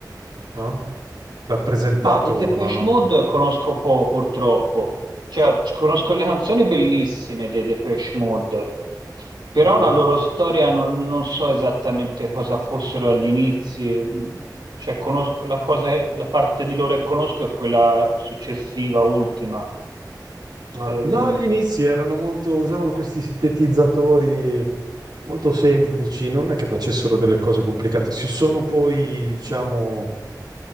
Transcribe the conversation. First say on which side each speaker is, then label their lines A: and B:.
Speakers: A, on the right (about 65°); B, on the right (about 85°).
A: no? Rappresentato,
B: Ma i Depeche
A: no, no.
B: Mode conosco poco, purtroppo. Cioè, c- conosco le canzoni bellissime dei Depeche Mode, però
A: Mhm.
B: la loro storia non, non so esattamente cosa fossero agli inizi. Mm, Cioè, conosco la cosa, la parte di loro che conosco è quella successiva, ultima.
A: Ah,
B: Ehm,
A: no, gli inizi erano molto, usavano questi sintetizzatori molto semplici, non è che facessero delle cose complicate. Si sono poi, diciamo,